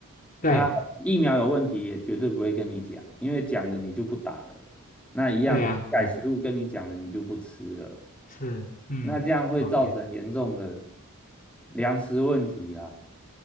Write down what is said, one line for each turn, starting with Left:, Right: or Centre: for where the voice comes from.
Centre: 啊，
Left: 对
Centre: 疫苗有问题也绝对不会跟你讲，因为讲了你就不打了。那一样改食物跟你讲了，
Left: 对啊，嗯，
Centre: 你就不吃了。
Left: 是，嗯。
Centre: 那这样会造成严重的
Left: OK
Centre: 粮食问题啊。